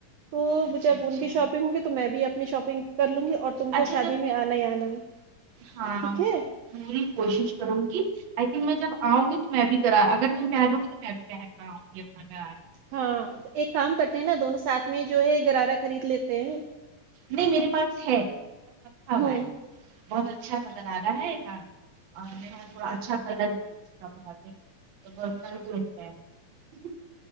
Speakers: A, on the right; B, on the right.
A: تو
B: اچھا
A: جب
B: اچھا
A: ان کی شاپنگ ہوں گی تو میں بھی اپنی شاپنگ کر لوں گی اور تم
B: اچھا
A: کو شادی
B: جب
A: میں آنا ہی آنا ہے
B: ہاں
A: ٹھیک
B: میں
A: ہے
B: پوری کوشش کرونگی ابھی میں جب آؤں گی تو میں بھی غرارا اگر تم پہناؤ گی تو میں بھی پہن کراؤآنگی اپنا گھر
A: ہاں ایک کام کرتے ہیں نا دونوں ساتھ میں جو ہے غرارہ خرید لیتے ہیں
B: نہیں میرے پاس ہےورکھا ہوا
A: ہوں
B: ہے بہت اچھا نظر آ رہا ہے ہاں نہ اور میرا تھوڑا اچھا کلر اس کا بہت <unintelligible>